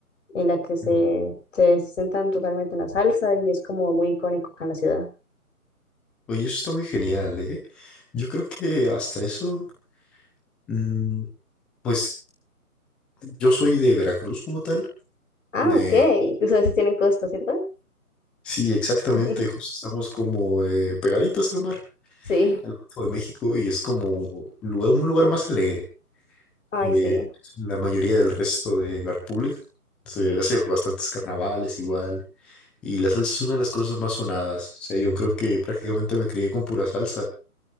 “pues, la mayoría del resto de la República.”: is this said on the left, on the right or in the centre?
Centre